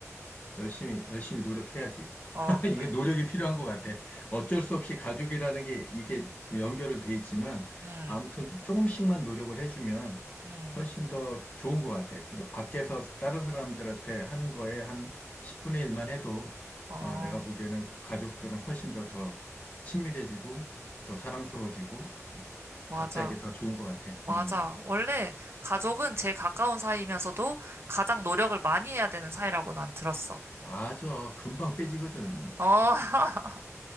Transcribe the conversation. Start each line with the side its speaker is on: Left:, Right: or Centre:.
Left: 열심히, 열심히 노력해야지.
Right: 어,
Left: <laughs> 이게
Right: 그래.
Left: 노력이 필요한 것 같아. 어쩔 수 없이 가족이라는 게 이게 연결은 돼 있지만
Right: 음,
Left: 아무튼 조금씩만 노력을 해주면
Right: 음,
Left: 훨씬 더 좋은 것 같아. 그러니까 밖에서 다른 사람들한테 하는 거에 한 10분의 1만 해도
Right: 어,
Left: 어, 내가 보기에는 가족들은 훨씬 더 더 친밀해지고 더 사랑스러워지고 어,
Right: 맞아.
Left: 각자에게 더 좋은 것 같아.
Right: 맞아.
Left: 음,
Right: 원래 가족은 제일 가까운 사이면서도 가장 노력을 많이 해야 되는 사이라고 난 들었어.
Left: 맞아. 금방
Right: 어,
Left: 빼지거든.
Right: 어, <laughs>